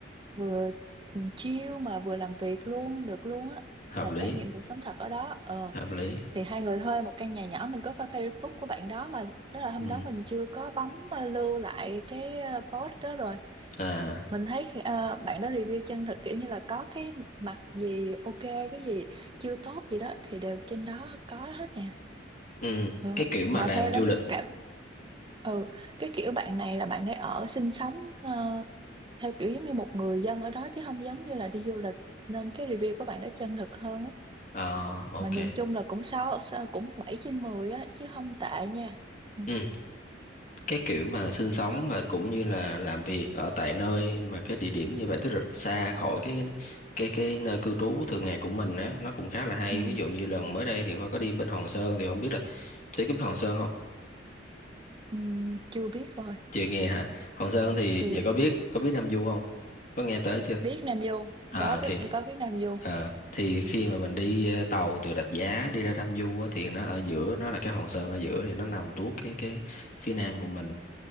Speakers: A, on the right; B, on the left.
A: vừa chill mà vừa làm việc luôn được luôn á
B: hợp
A: và
B: lý
A: trải nghiệm cuộc sống thật ở đó ờ
B: hợp lý
A: thì hai người thuê một căn nhà nhỏ mình có coi Facebook của bạn đó mà đó là hôm
B: ừ
A: đó mình chưa có bấm uh, lưu lại cái ờ, post đó rồi
B: à
A: mình thấy ờ, bạn đó review chân thực kiểu như là có cái mặt gì ok cái gì chưa tốt gì đó thì đều trên đó có hết nè
B: ừ
A: Ờ,
B: cái kiểu mà
A: mà
B: làm
A: theo đánh
B: du lịch
A: cảm ừ cái kiểu bạn này là bạn để ở sinh sống ờ, theo kiểu giống như một người dân ở đó chứ không giống như là đi du lịch nên cái review của bạn đó chân thực hơn á
B: ờ ok
A: mà nhìn chung là cũng sáu sáu cũng 7 trên 10 á chứ không tệ nha ừ.
B: ừ cái kiểu mà sinh
A: đó
B: sống và cũng như là làm việc ở tại nơi mà cái địa điểm như vậy tức là xa khỏi cái cái cái nơi cư trú thường ngày của mình á nó cũng khá là hay
A: ừ.
B: ví dụ như lần mới đây thì Khoa có đi bên Hòn Sơn thì không biết là Thúy có biết Hòn Sơn không
A: Ừ. chưa biết rồi
B: chưa nghe hả? Hoàng Sơn thì
A: chưa
B: giờ có biết có biết Nam Du không? Có nghe tới chưa?
A: biết Nam Du
B: À
A: có
B: thì
A: biết có biết Nam Du
B: à, thì khi mà mình đi ờ, tàu từ Rạch Giá đi ra Nam Du á, thì nó ở giữa nó là cái Hòn Sơn ở giữa thì nó nằm tuốt cái cái phía nam của mình.